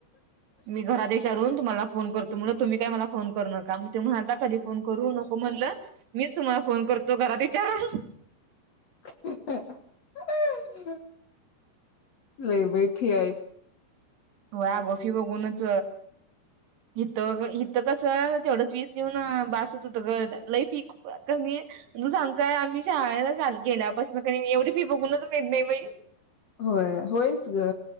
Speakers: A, on the right; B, on the left.
A: मी घरात विचारून तूम्हाला फोन करतो. तुम्ही मला फोन करू नका. ते म्हणालता कधी फोन करू नको म्हणलं मीच तुम्हाला फोन करतो, घरात विचारून
B: ह <unintelligible> लयी बाई फी आहे.
A: व्हय आग फी बघूनच इथं इथं कस तेवढच वीस येऊन बस होत होत ग लाईफ <unintelligible> फी कू सांगू काय आम्ही शाळेलाल गेल्यापासून क एवढी फी बघूनच भीत नाही बाई
B: होय होयच ग